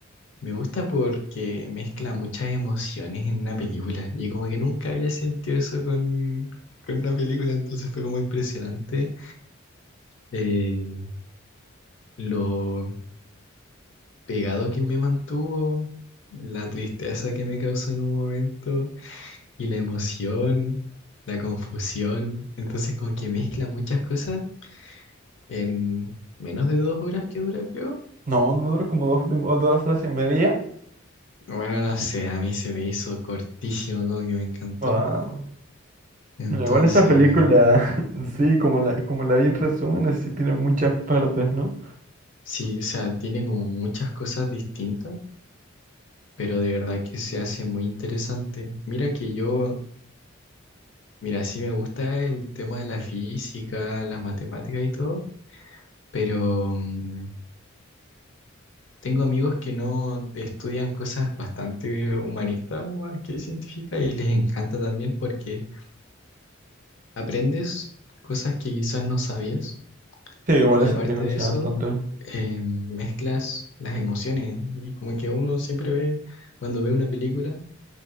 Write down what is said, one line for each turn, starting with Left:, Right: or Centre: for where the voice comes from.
Left: Me gusta porque mezcla muchas emociones en una película y como que nunca había sentido eso con, con una película, entonces fue como impresionante eh, lo pegado que me mantuvo, la tristeza que me causó en un momento y la emoción, la confusión, entonces como que mezcla muchas cosas en menos de dos horas que dura, creo.
Right: No, no dura como dos, o dos horas y media.
Left: Bueno, no sé, a mí se me hizo cortísimo, como que me encantó.
Right: Wow.
Left: Entonces...
Right: No, Igual esa película, <laughs> sí, como la, como la vi en resúmenes, sí tiene muchas partes, ¿no?
Left: Sí, o sea, tiene como muchas cosas distintas, pero de verdad que se hace muy interesante. Mira que yo, mira, sí me gusta el tema de la física, las matemáticas y todo, pero mm, tengo amigos que no estudian cosas bastante humanistas más que científicas y les encanta también porque aprendes cosas que quizás no sabías
Right: Sí, igual
Left: y
Right: esa
Left: aparte
Right: película enseña
Left: de eso,
Right: bastante.
Left: eh, mezclas las emociones y como que uno siempre ve, cuando ve una película,